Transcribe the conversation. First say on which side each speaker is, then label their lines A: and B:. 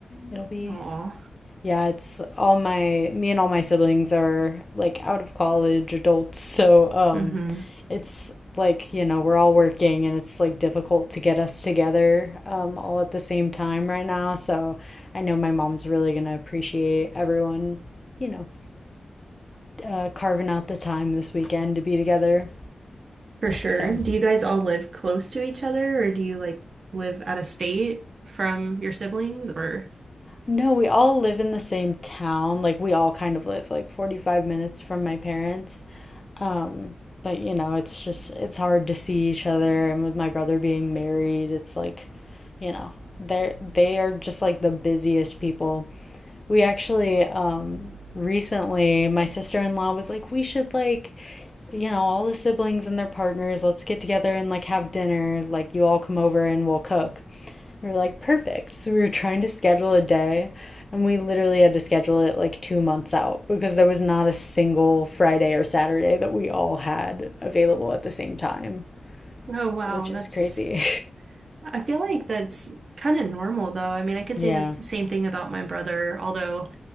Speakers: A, on the left; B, on the right.
A: it'll be
B: Oh,
A: Yeah, it's all my me and all my siblings are like out of college adults, <laughs> so um
B: hmm
A: it's like, you know, we're all working and it's like difficult to get us together um all at the same time right now. So I know my mom's really gonna appreciate everyone, you know, uh, carving out the time this weekend to be together.
B: For sure.
A: So
B: Do you guys all live close to each other, or do you like live out of state from your siblings, or?
A: no, we all live in the same town. Like we all kind of live like 45 minutes from my parents. Um, but you know, it's just it's hard to see each other and with my brother being married, it's like, you know, they're they are just like the busiest people. We actually um recently my sister-in-law was like, "We should like you know, all the siblings and their partners, let's get together and like have dinner. Like you all come over and we'll cook." We were like, perfect. So we were trying to schedule a day, and we literally had to schedule it like two months out because there was not a single Friday or Saturday that we all had available at the same time,
B: Oh wow,
A: which
B: that's
A: is crazy.
B: I feel like that's kind of normal, though. I mean, I could
A: <laughs>
B: say the same
A: yeah.
B: thing about my brother, although